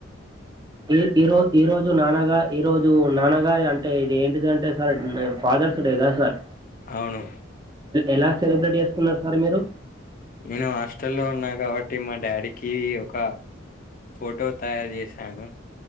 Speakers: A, on the right; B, on the left.
A: ఈ ఈరోజు ఈ రోజు నాన్నగ ఈ రోజు నాన్నగారి అంటే ఇది ఏంటిదంటే సార్ ఫదర్స్ డే దా సార్
B: అవును
A: ఎలా సెలబ్రేట్ చేస్తుకున్నారు. సార్ మీరు
B: నేను హాస్టల్ల్లో ఉన్నా కాబట్టి మా డాడీకి ఒక ఫోటో తయారు చేశాను